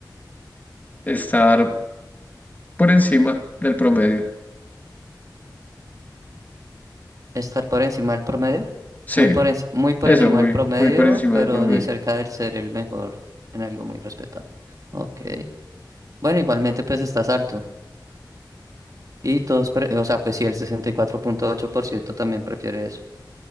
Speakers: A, on the left; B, on the right.
A: Estar por encima del promedio.
B: Estar por encima del promedio.
A: Sí,
B: Muy por, enci- muy por
A: eso,
B: encima
A: muy,
B: del promedio,
A: muy por encima
B: pero
A: del promedio.
B: ni cerca del ser el mejor en algo muy respetado. Ok. Bueno, igualmente pues estás alto. Y todos, pre- o sea, pues sí, el sesenta y cuatro punto ocho por ciento también prefiere eso.